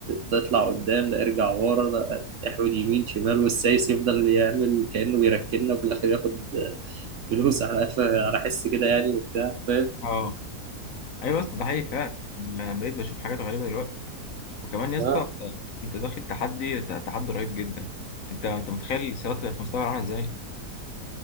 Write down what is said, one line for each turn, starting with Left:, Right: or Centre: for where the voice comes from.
Right: تطلع قدام لا ارجع ورا لا تحويل يمين شمال والسايس يفضل يعمل كأنه بيركننا وفي الآخر ياخد فلوس <laughs> على قفا- على حس كده يعني وبتاع فاهم
Left: رهيبه ايوه يا اسطى ده حقيقي فعلا انا بقيت بشوف حاجات غريبه دلوقتي وكمان يا اسطى
Right: آه.
Left: انت أنت داخل تحدي ت- تحدي رهيب جدا انت انت متخيل السيارات اللي في المستقبل عامله ازاي